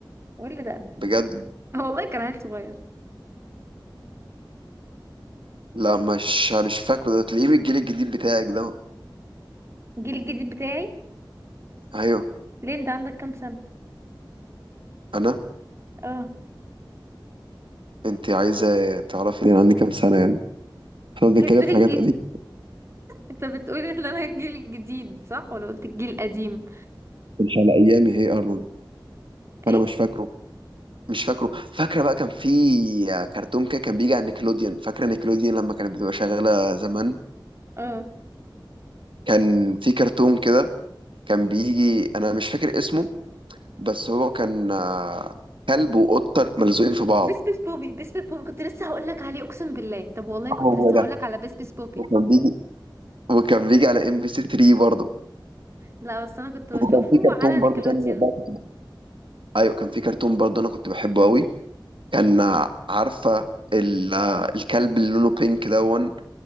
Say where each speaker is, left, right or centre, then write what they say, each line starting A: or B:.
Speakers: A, on the right; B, on the right.
A: واللي ده
B: بجد
A: <laughs> آه والله كان عيل صغير
B: لا مش مش فاكره ده تلاقيه من الجيل الجديد بتاعك ده
A: الجيل الجديد بتاعي
B: ايوه
A: ليه انت عندك كام سنة
B: انا
A: اه
B: انت عايزه تعرفي انا عندي كام سنه يعني احنا
A: <laughs>
B: بنتكلم
A: هي بتقولي
B: في حاجات
A: الجيل
B: قديمه
A: انت بتقولي ان انا الجيل الجديد صح ولا قلت الجيل القديم
B: مش على ايامي هي ارنولد
A: ايه
B: انا مش فاكره مش فاكره فاكره بقى كان في كرتون كده كان بيجي على نيكلوديان فاكره نيكلوديان لما كانت بتبقى شغاله زمان
A: اه
B: كان في كرتون كده كان بيجي انا مش فاكر اسمه بس هو كان آه، كلب وقطه ملزوقين في بعض
A: بس بس بوبي بس بس بوبي كنت لسه هقول لك عليه اقسم بالله طب والله كنت
B: هو
A: لسه هقول
B: ده
A: لك على بس بس بوبي
B: وكان بيجي وكان بيجي على ام بي سي 3 برضه
A: لا بس انا كنت بشوفه
B: وكان في كرتون
A: على
B: برضه
A: نيكلوديان
B: تاني بقى كنت بحبه. ايوه كان في كرتون برضه انا كنت بحبه قوي كان آه، عارفه ال- آه، الكلب اللي لونه بينك دون